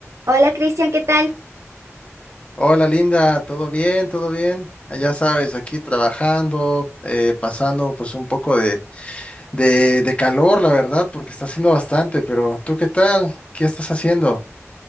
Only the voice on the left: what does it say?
Hola Linda, ¿todo bien? ¿Todo bien? Ah, Ya sabes, aquí trabajando, eh, pasando pues un poco de, de, de calor, la verdad, porque está haciendo bastante, pero ¿tú qué tal? ¿Qué estás haciendo?